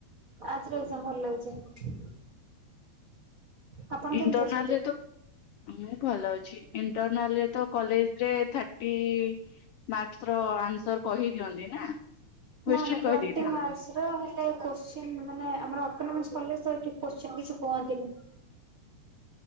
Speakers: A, on the right; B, on the left.
A: ଆଜି ଏକଜାମ ଭଲ ହେଇଚି। ଆପଣ
B: ଇଣ୍ଟରନାଲରେ
A: କେମିତି ଅଛନ୍ତି?
B: ତ ମୁଁ ଭଲ ଅଛି। ଇଣ୍ଟରନାଲରେ ତ କଲେଜରେ ଥାର୍ଟି ମାର୍କସ ର ଆନ୍ସର କହି ଦିଅନ୍ତି ନା। କୋଶ୍ଚିନ୍
A: ନା ନା
B: କହି
A: ଟ୍ୱଣ୍ଟି
B: ଦେଇଥାନ୍ତି
A: ମାର୍କଶ୍। ହେଲେ କୋଶ୍ଚିନ୍ ମାନେ ଆମର ଅଟୋନୋମସ କଲେଜ ତ ଏଠୀ କୋଶ୍ଚିନ୍ କିଛି କୁହନ୍ତିନି।